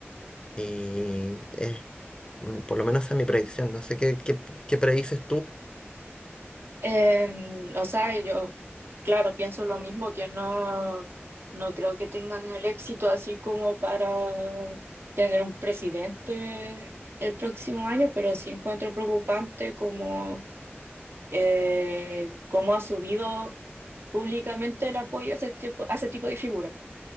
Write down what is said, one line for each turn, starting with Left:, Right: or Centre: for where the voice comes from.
Left: y eh, bueno, por lo menos esa es mi predicción, no sé qué, qué, qué predices tú.
Right: Em, o sea, yo, claro, pienso lo mismo, que no, no creo que tengan el éxito así como para tener un presidente el próximo año, pero sí encuentro preocupante como, eh, cómo ha subido. públicamente el apoyo a ese tipo, a ese tipo de figuras.